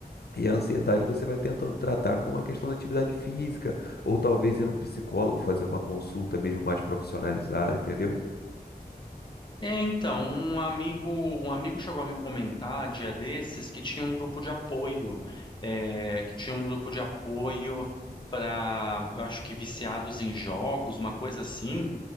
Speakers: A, on the left (about 70°); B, on the left (about 30°).
A: E a ansiedade você vai tentando tratar com a questão da atividade física, ou talvez ir num psicólogo fazer uma consulta mesmo mais profissionalizada, entendeu?
B: É, então, um amigo, um amigo chegou a me comentar dia desses que tinha um grupo de apoio, é, que tinha um grupo de apoio para, eu acho que viciados em jogos, uma coisa assim.